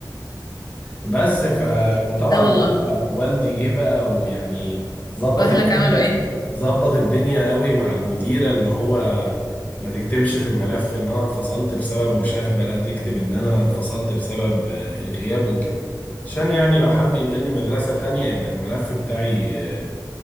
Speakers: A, on the left; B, on the left.
A: بس ف وطبعا
B: لا والله
A: بقى والدي جه بقى ويعني ظبط
B: واهلك
A: الدنيا
B: عملوا ايه
A: ظبط الدنيا قوي مع المديره ان هو ما تكتبش في الملف ان انا اتفصلت بسبب مشاغبه لا تكتب ان انا اتفصلت بسبب آه، الغياب وكده عشان يعني لو حب ينقلني مدرسه تانية يبقى الملف بتاعي آه،